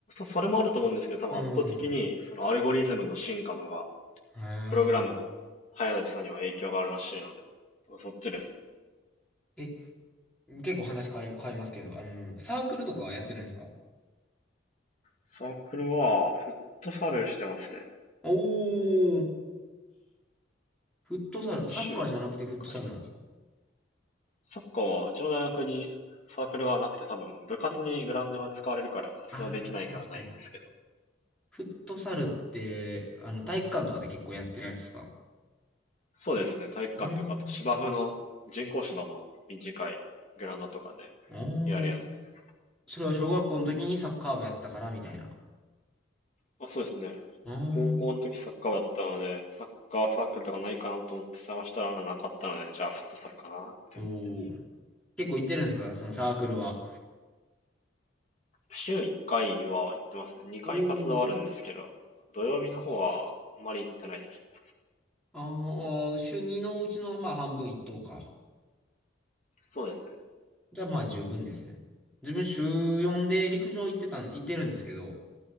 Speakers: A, on the left; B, in the centre.
A: それもあると思うんですけど、多分圧倒的にそのアルゴリズムの進化のが、
B: うん。うーん。
A: プログラムの速さには影響があるらしいので、そっちですね。
B: え、結構話変え、変えますけど、あの、サークルとかはやってるんですか
A: サークルはフットサルしてますね。
B: おー、フットサル、
A: 週一回。
B: サッカーじゃなくてフットサルなんですか
A: サッカーはうちの大学にサークルはなくて多分部活にグラウンドが使われるから活動できないからないんですけど。
B: ああー、確かに。フットサルって、あの、体育館とかで結構やってるやつですか
A: そうですね、体育館とかあと芝生の人工芝の短いグラウンドとかで
B: うん。おー
A: やるやつです。
B: それは小学校の時にサッカー部やったからみたいな。
A: まあ、そうですね。
B: うーん。
A: 高校の時サッカー部だったので、サッカーサークルとかないかなと思って探したらなかったので、じゃあフットサルかなって思って。
B: おー。結構行ってるんですかそのサークルは。
A: 週1回は行ってますね。2回活動あるんですけど、
B: おー。
A: 土曜日の方はあんまり行ってないですね。
B: あーあー、週2のうちのまあ半分一等か。
A: そうですね。
B: じゃあまあ十分ですね。自分週4で陸上行ってたん、行ってるんですけど、